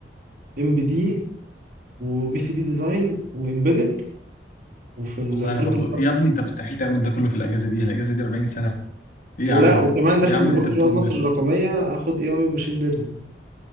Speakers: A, on the right; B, on the left.
A: ام بي دي وبي سي بي ديزاين وامبيدد وفي الترم
B: والله انا برضو
A: الأول
B: إيه يا ابني انت مستحيل تعمل ده كله في الاجازه دي الاجازه دي 40 سنه ايه
A: ولا
B: يا عم
A: وكمان داخل
B: ايه يا عم
A: مبادره
B: اللي انت بتقوله
A: رواد مصر
B: ده
A: الرقميه اخد اي اي وماشين ليرنينج